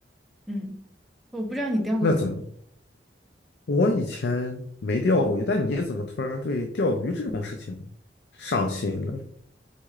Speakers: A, in the centre; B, on the left.
A: 嗯，我不知道你钓过鱼。
B: 那怎么？我以前没钓过鱼，但你怎么突然对钓鱼这种事情上心了？